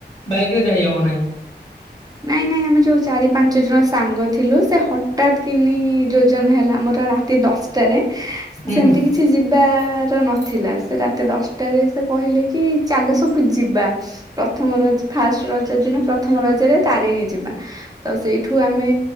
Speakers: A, on the left (about 20°); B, on the right (about 20°).
A: ବାଇକରେ ଯାଇହବ ନାହିଁ।
B: ନାଇଁ ନାଇଁ ଆମେ ଯୋଉ ଚାରି ପାଞ୍ଚ ଜଣ ସାଙ୍ଗ ଥିଲୁ, ସେ ହଠାତ୍ କିନି ଯୋଜନା ହେଲା ଆମର ରା ରାତି ଦଶଟାରେ,
A: ହୁଁ
B: ସେମିତି
A: ହୁଁ
B: କିଛି ଯିବାର ନ ଥିଲା। ସେ ରାତି ଦଶଟାରେ ସେ କହିଲେ କି ଚାଲସବୁ ଯିବା। ପ୍ରଥମ ରଜ ଫାଷ୍ଟ ରଜ ଦିନ ପ୍ରଥମ ରଜରେ ତାରିଣୀ ଯିବା। ତ ସେଇଠୁ ଆମେ